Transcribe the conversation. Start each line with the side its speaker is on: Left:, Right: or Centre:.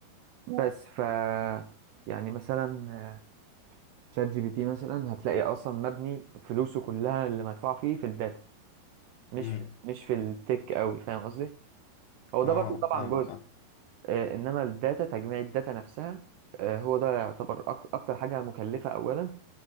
Right: بس ف يعني مثلا تشات جي بي تي مثلا هتلاقي اصلا مبني فلوسه كلها اللي مدفوع فيه في الداتا مش
Left: امم
Right: في مش في التك قوي فاهم قصدي هو ده
Left: اه
Right: برضه
Left: فاهمك
Right: طبعا جزء
Left: فاهم
Right: آه، انما الداتا تجميع الداتا نفسها آه، هو ده يعتبر أك- اكتر حاجه مكلفه اولا